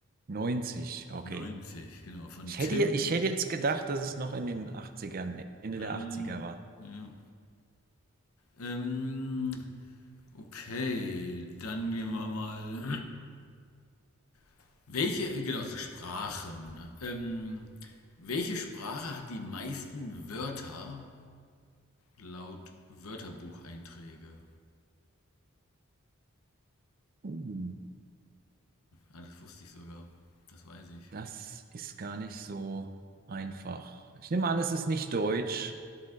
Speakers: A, on the right; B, on the left.
A: 90. okay.
B: Neunzig genau, von
A: Ich hätte,
B: Tim.
A: ich hätte jetzt gedacht, dass es noch in den Achtzigern, Ende
B: Ähm,
A: der Achtziger war.
B: ja. ähm, Okay, dann gehen wir mal. <clears throat> welche, genau, zu Sprachen. Ähm, welche Sprache hat die meisten Wörter laut Wörterbucheinträge?
A: Uh,
B: Ah, das wusste ich sogar. Das weiß ich.
A: Das ist gar nicht so einfach. Ich nehme an, es ist nicht deutsch.